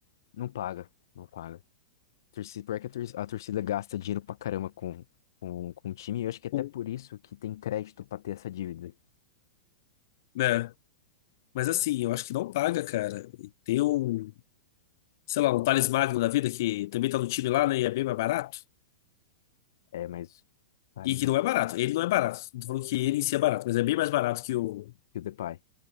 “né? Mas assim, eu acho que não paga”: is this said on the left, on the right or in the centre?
Left